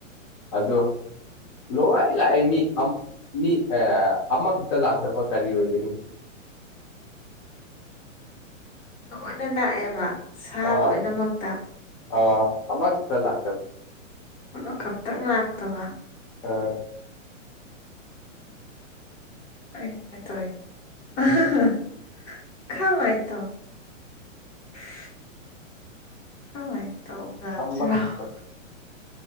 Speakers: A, on the left; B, on the left.
A: ꯑꯗꯣ ꯂꯣꯏ ꯂꯥꯛꯑꯦ ꯃꯤ ꯑꯝ ꯃꯤ ꯑꯦ ꯑꯃꯈꯛꯇ ꯂꯥꯛꯇꯕ ꯀꯔꯤ ꯑꯣꯏꯒꯅꯤ
B: ꯂꯣꯏꯅ ꯂꯥꯛꯑꯦꯕ ꯁꯥ
A: ꯑ
B: ꯂꯣꯏꯅꯃꯛꯇ
A: ꯑ ꯑꯃꯥ ꯈꯛꯇ ꯂꯥꯛꯇꯕ
B: ꯑꯃ ꯈꯛꯇꯪ ꯂꯥꯛꯇꯕ
A: ꯑꯥ
B: ꯀꯩꯅꫭꯅꯦ ꯇꯧꯏꯁꯤꯕꫭ ꯈꯃꯥꯏ ꯇꯧꯅꯤ <inaudible> ꯈꯃꯥꯏ ꯇꯧ ꯅ
A: ꯑꯃꯈꯛꯇ
B: <unintelligible>